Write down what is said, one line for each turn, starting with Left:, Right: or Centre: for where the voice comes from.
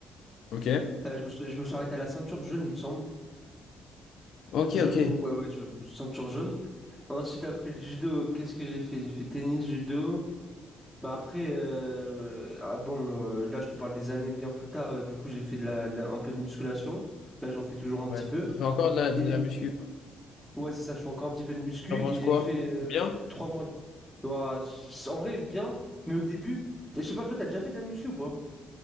Left: Ok.
Centre: Euh, je me, suis- je me suis arrêté à la ceinture jaune, il me semble.
Left: Ok,
Centre: Jaune
Left: ok.
Centre: ou ouais, ouais, jaune, ceinture jaune. Ensuite, après le judo, qu'est-ce que j'ai fait? J'ai fait tennis, judo. Bah après, euh, euh, ah bon, euh, là je te parle des années bien plus tard. euh, du coup, j'ai fait de la, la- un peu de musculation. Là, j'en fais toujours un petit
Left: Ouais.
Centre: peu.
Left: On fait encore de la, de
Centre: Et
Left: la muscu.
Centre: Ouais, c'est ça, je fais encore un petit peu de muscu
Left: T'en
Centre: et
Left: penses
Centre: j'ai
Left: quoi?
Centre: fait euh,
Left: Bien?
Centre: trois mois de... Ouah, c- en vrai, bien, mais au début, je sais pas, toi, t'as déjà fait de la muscu ou pas?